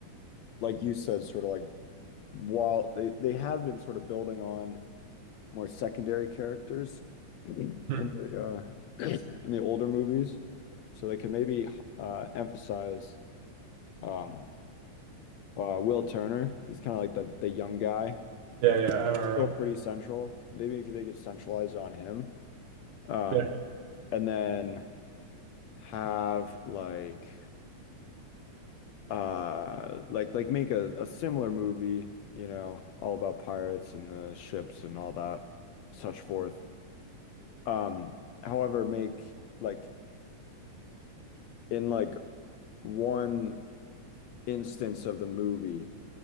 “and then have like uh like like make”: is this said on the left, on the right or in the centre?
Left